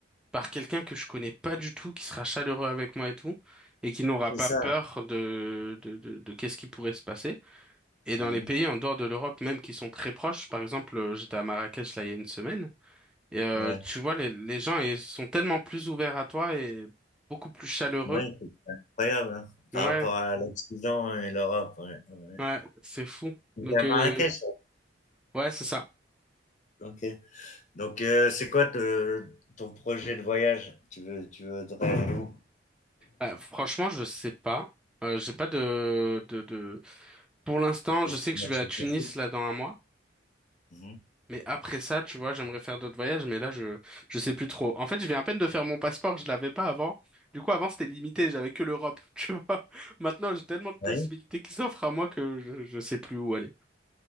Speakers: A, in the centre; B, on the left.
A: par quelqu'un que je connais pas du tout, qui sera chaleureux avec moi et tout, et qui n'aura
B: c'est
A: pas
B: ça.
A: peur de, de, de, de qu'est-ce qui pourrait se passer. Et
B: Mmh
A: dans les pays en dehors de l'Europe, même qui sont très proches, par exemple, euh, j'étais à Marrakech là il y a une semaine, et euh,
B: Ouais,
A: tu vois, les, les gens ils sont tellement plus ouverts à toi et beaucoup plus chaleureux.
B: ouais, c'est incroyable, hein, par
A: Ouais,
B: rapport à l'Occident et l'Europe, ouais, ouais, ouais.
A: ouais, c'est fou. Donc,
B: à
A: euh,
B: Marrakech?
A: ouais, c'est ça.
B: ouais. OK. Donc heu, c'est quoi te ton projet de voyage? Tu veux tu voudrais aller où?
A: Euh, franchement, je sais pas. Euh, j'ai pas de, de, de... Pour l'instant,
B: Des
A: je
B: destinations
A: sais que je vais à Tunis
B: précises.
A: là dans un mois.
B: Mhm.
A: Mais après ça, tu vois, j'aimerais faire d'autres voyages, mais là, je, je sais plus trop. En fait, je viens à peine de faire mon passeport, je l'avais pas avant. Du coup, avant, c'était limité, j'avais que l'Europe, <laughs> tu vois. Maintenant, j'ai tellement de possibilités
B: Oui,
A: qui s'offrent à moi que je, je sais plus où aller.